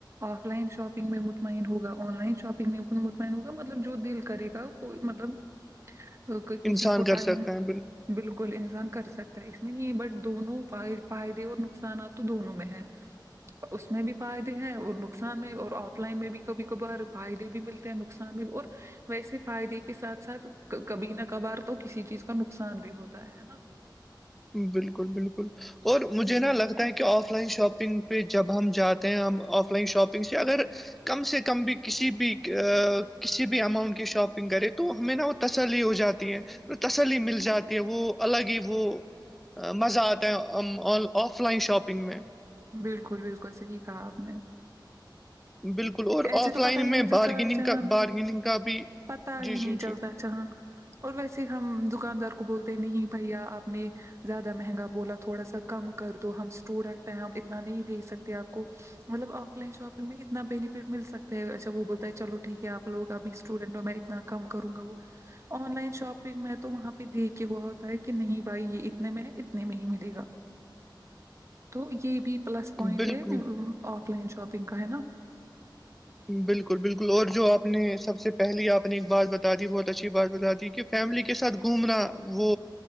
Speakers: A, on the right; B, in the centre.
A: آف لائن شاپنگ میں مطمن ہوگا آن لائن شاپنگ میں مطمئن ہوگا مطلب جو دل کرے گا کوئی مطلب کسی
B: انسان
A: کو
B: کر
A: ٹائم
B: سکتا ہے
A: بالکل ل انسان کر سکتا ہے اس میں نہیں ہے بٹ دونوں فائدے اور نقصانات تو دونوں میں ہے اس میں بھی فائدے ہیں اور نقصان میں اور آف آف لائن میں بھی کبھی کبھار فائدے بھی ملتے ہیں نقصان بھی اور ویسے فائدے کے ساتھ ساتھ کبھی نہ کبار تو کسی چیز کا نقصان بھی ہوتا ہے نا ھم
B: بالکل بالکل اور مجھے
A: جی
B: نہا لگتا ہے کہ آف لائن شاپ شگ پہ جب ہم جاتے ہیں ہم آف لائن شاپنگ سے اگر کم سے کم بھی کسی بھی کسی بھی اماؤنٹ کی شاپنگ کرے تو ہمیں نہا ہوتا تسلی ہو جاتی ہے تسلی مل جاتی ہے وہ الگ ہی وہ مزہ آتا ہے آف لائن شاپنگ میں
A: بالکل بالکل صحیح کہا آپ نے
B: بالکل اور
A: ایسے
B: آف
A: تو
B: لائن
A: پتا ہی
B: میں
A: نہیں چلتا
B: بارگیننگ
A: چہاں
B: کا بارگیننگ کا بھی
A: پتا ہی
B: جی جی
A: نہیں چلتا
B: جی
A: چہاں اور ویسے ہم دکاندار کو بولتے نہیں بھیا آپ نے زیادہ مہنگا بولا تھوڑا سا کم کر دو ہم اسٹوڈنٹ ہیں ہم اتنا نہیں دے سکتے آپ کو مطلب آف لائن شاپنگ میں اتنایف ٹ مل سکتا ہے اچھا وہ بولتا ہے چلو ٹھیک ہے آپوگ ابھی اسٹوڈینٹ ہو میں اتنا کم کروں گا وہ آن لائن شاپنگ میں تو وہاں پہ دیکھ کے ہوا ہوتا ہے کہ نہیں بھائی یہ اتنے میں ہے اتنے میں ہی ملے گا تو یہ بھی پلس پوائنٹ
B: بالکل
A: ہے آف لائن شاپنگ کا ہے نا
B: بالکل بالکل اور جو آپ نے سب سے پہلے آپ نے ایک بات بتا دی بہت اچھی بات بتا دی کہ فیملی کے ساتھ گھومنا وہ